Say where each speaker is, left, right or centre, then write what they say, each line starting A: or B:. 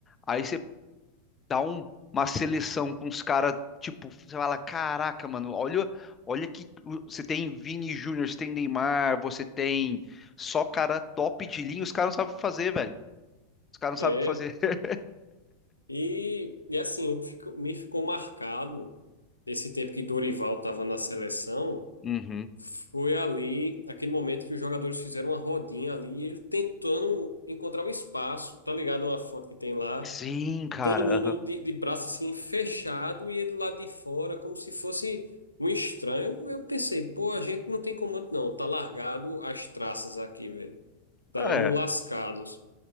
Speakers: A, on the left (about 20°); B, on the left (about 85°).
A: Aí você dá um- uma seleção com os caras, tipo, você fala, caraca, mano, olha, olha que você tem Vini Júnior, você tem Neymar, você tem só cara top de linha, os caras não sabem o que fazer, velho. Os caras não sabem
B: É,
A: o que fazer. <laughs>
B: e, e assim, o que fico- me ficou marcado esse tempo que Dorival estava na seleção.
A: Uhum.
B: Foi ali, aquele momento que os jogadores fizeram uma rodinha ali, e ele tentando encontrar o espaço, tá ligado? Uma foto que tem lá,
A: Sim, cara.
B: todo mundo de, de braço assim fechado e ele do lado de fora, como se fosse um estranho. Eu pensei, pô, a gente não tem comando não, tá largado as traças aqui, velho. Estamos
A: aham. É.
B: lascados.